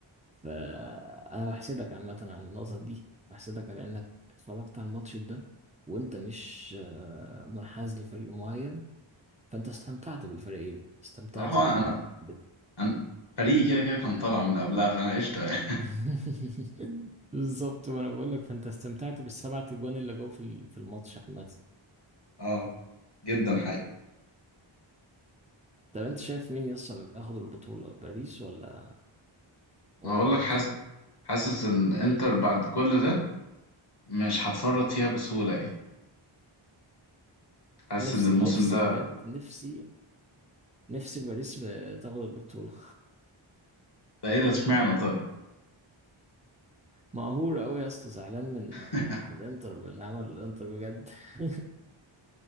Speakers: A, on the right (about 15°); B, on the left (about 55°).
A: فانا بحسدك عامه على النقطه دي بحسدك على انك اتفرجت على الماتش ده وانت مش آه، منحاز لفريق معين فانت استمتعت بالفريقين استمتعت
B: صراحة
A: بال,
B: أنا
A: بال...
B: أنا فريقي كده كده كان طالع من قبلها فأنا قشطة يعني
A: <laughs> بالظبط ما انا بقول لك فانت استمتعت بالسبعة اجوان اللي جو في ال- في الماتش عامه
B: <laughs> أه جدا حقيقي
A: طب انت شايف مين يصل اللي ياخد البطوله باريس ولا ولا
B: اقول
A: الانتر
B: لك حاسس حاسس ان انتر بعد كل ده مش هتفرط فيها بسهولة يعني حاسس
A: نفسي
B: ان الموسم
A: نفسي
B: ده
A: بجد نفسي نفسي باريس تاخد البطوله
B: ده ايه ده اشمعنى طيب
A: مقهور قوي يا اسطى زعلان من
B: <laughs>
A: من الانتر من اللي عمل الانتر بجد <laughs>